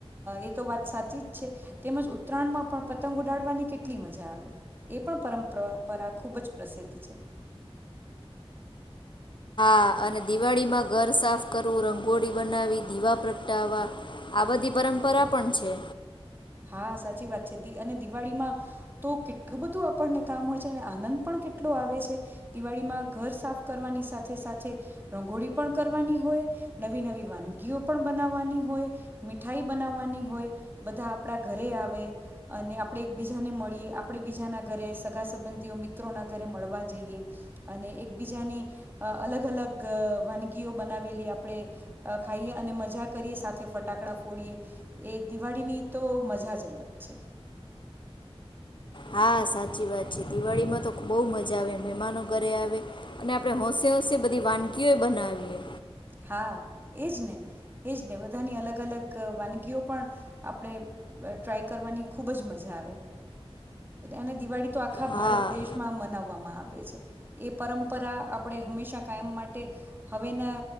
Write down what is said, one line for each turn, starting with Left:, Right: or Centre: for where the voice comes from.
Right: એ તો વાત સાચી જ છે, તેમજ ઉત્તરાયણમાં પણ પતંગ ઉડાડવાની કેટલી મજા આવે એ પણ પરંપરા ખૂબ જ પ્રસિદ્ધ છે.
Left: હા અને દિવાળીમાં ઘર સાફ કરવું, રંગોળી બનાવી, દીવા પ્રગટાાવવા આ બધી પરંપરા પણ છે.
Right: હા સાચી વાત છે અને દિવાળીમાં તો કેટલું બધું આપણને કામ હોય છે અને આનંદ પણ કેટલો આવે છે દિવાળીમાં ઘર સાફ કરવાની સાથે સાથે રંગોળી પણ કરવાની હોય, નવી નવી વાનગીઓ પણ બનાવવાની હોય, મીઠાઈ બનાવવાની હોય બધા આપણા ઘરે આવે અને આપણે એકબીજાને મળીએ આપણે બીજાના ઘરે સગા સંબંધીઓ મિત્રોના ઘરે મળવા જઈએ અને એકબીજાની અલગ અલગ વાનગીઓ બનાવેલી આપણે ખાઈએ અને મજા કરીએ સાથે ફટાકડા ફોડીએ એ દિવાળીની તો મજા જ અલગ છે.
Left: હા સાચી વાત છે દિવાળીમાં તો બહુ મજા આવે મહેમાનો ઘરે આવે અને આપણે હોંશે-હોશે બધી વાનગીઓ બનાવીએ
Right: હા એજ ને એજ ને બધાની અલગ-અલગ વાનગીઓ પણ આપણે ટ્રાય કરવાની ખૂબ જ મજા આવે અને દિવાળી તો આખા
Left: હા
Right: ભારત દેશમાં મનાવવામાં આવે છે એ પરંપરા આપણે હંમેશા કાયમ માટે હવેના